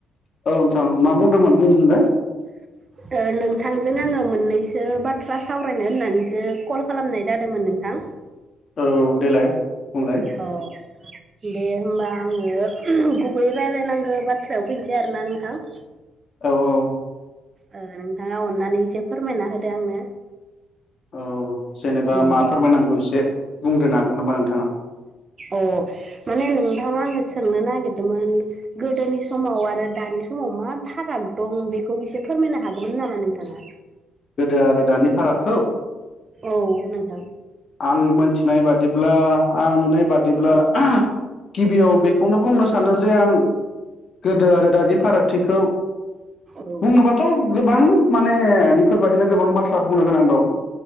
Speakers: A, on the left; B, on the right.
A: औ नोंथां मा बुंदोंमोन बुंफिनलाय
B: <inaudible> नोंथांजों आङो मोननैसो बाथ्रा सावरायनो होननानैसो कल खालामनाय जादोंमोन नोंथां
A: औ देलाय बुंलाय
B: औ दे होमबा आङो गुबै रायलायनांगौ बाथ्रायाव फैनोसै आरोना नोंथां <inaudible>
A: औ औ
B: ओ नोंथाङा अननानै एसे फोरमायना होदो आंनो
A: औ जेनेबा
B: उम
A: मा फोरमायनांगौ एसे बुंग्रोनो हागोन नामा नोंथाङा
B: अ माने नोंथां आङो सोंनो नागिरदोंमोन गोदोनि समाव आरो दानि समाव मा फाराग दं बेखौ एसे फोरमायनो हागौमोन नामा नोंथाङा?
A: गोदो आरो दानि फाराग
B: औ नोंथां
A: आं मोनथिनाय बादिब्ला आं नुनाय बादिब्ला
B: औ
A: गिबियाव बेखौ बेखौनो बुंनो सानो जे आं गोदो आरो दानि फारागथिखौ
B: औ
A: बुंनोबाथ' गोबां माने बेफोरबादिनो गोबां बाथ्रा बुंनो गोनां दं